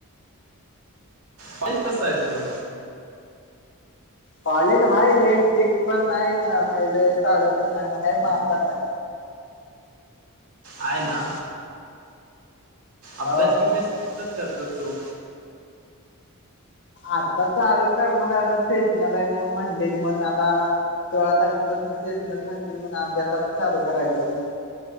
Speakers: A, on the right (about 80°); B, on the left (about 55°).
A: कॉलेज कस आहे तुझं?
B: कॉलेज हाय लई सिक्स पण नाई न साधर पण <unintelligible> हाय मापात आहे.
A: आहे ना, अभ्यास
B: हो
A: बिभ्यास कितपत करतो तू.
B: आता चालू करणार आहे आता स्टेशनल लाय म म्हणलेली म्हणून आता सोळा तारखेपासून सेस्नल म्हणतील म्हणून अभ्यासच चालू करायचाय.